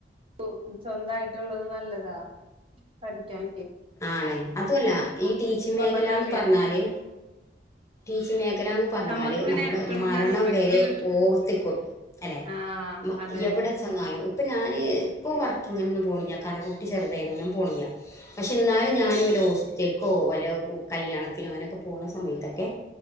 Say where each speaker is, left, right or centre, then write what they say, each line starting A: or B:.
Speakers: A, on the right (about 30°); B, on the left (about 15°).
A: <unintelligible> സ്വന്തായിട്ടുള്ളത് നല്ലതാ പഠിക്കാൻ
B: ആണെ അതുവല്ല ഈ ടീച്ചിങ്
A: കൊഴപ്പണ്ടാവില്ല
B: മേഖലാന്ന് പറഞ്ഞാല് ടീച്ചിംഗ് മേഖലാന്ന് പറഞ്ഞാല്
A: നമ്മക്ക് പിന്നെ
B: നമ്മള്
A: എപ്പഴും
B: മരണം
A: റെസ്പെക്റ്റ്
B: വരെ
A: കിട്ടും
B: ഓർത്തിക്കും അല്ലെ
A: ആഹ് അതെ
B: എവിടെ ചെന്നാലും ഇപ്പൊ ഞാന് ഇപ്പൊ വർക്കി <unintelligible> പോണില്ല കാരണം കുട്ടി <unintelligible> ഞാൻ പോണില്ല പക്ഷേ എന്നാലും ഞാനും വല്ല ഹോസ്പിറ്റലക്കോ വല്ല കല്യാണത്തിനോ അങ്ങനെയൊക്കെ പോണ സമയത്തൊക്കെ